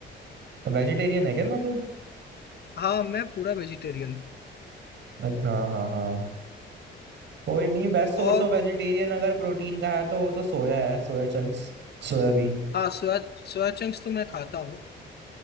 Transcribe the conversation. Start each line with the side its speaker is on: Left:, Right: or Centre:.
Right: वेजिटेरियन है क्या ना तू
Left: हाँ मैं पूरा वेजिटेरियन हूँ
Right: अच्छा हाँ हाँ हाँ कोई नहीं बेस्ट सोर्स
Left: और
Right: ऑफ वेजिटेरियन अगर प्रोटीन का है तो वो तो सोया है सोया चंक्स सोयाबीन
Left: हाँ सोया सोया चंक्स तो मैं खाता हूँ